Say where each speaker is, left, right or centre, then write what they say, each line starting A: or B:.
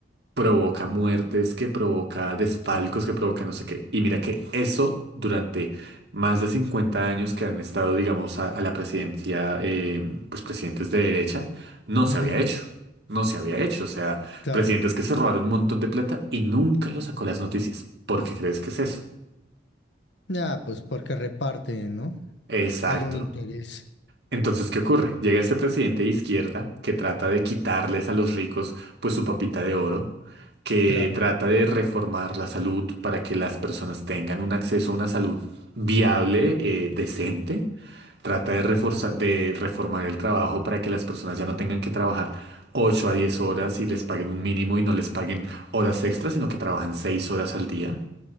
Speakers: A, on the right; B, on the left.
A: provoca muertes, que provoca desfalcos,
B: Ok.
A: que provoca no sé qué. Y mira que eso durante más de 50 años que han estado, digamos, a, a la presidencia, eh, pues presidentes de derecha, no se
B: ujú,
A: había hecho. No se había hecho. O sea,
B: Claro.
A: presidentes que se robaron un montón de plata y nunca lo sacó las noticias. ¿Por qué crees que es eso?
B: Ah, pues porque reparten, ¿no?
A: Exacto.
B: Hay un interés,
A: Entonces, ¿qué ocurre? Llega este presidente de izquierda que trata de quitarles a los ricos pues su papita de oro, que
B: claro.
A: trata de reformar la salud para que las personas tengan un acceso a una salud viable, eh, decente, trata de reforzar,
B: Ujú.
A: de reformar el trabajo para que las personas ya no tengan que trabajar 8 a 10 horas y les paguen un mínimo y no les paguen horas extras, sino que trabajen 6 horas al día.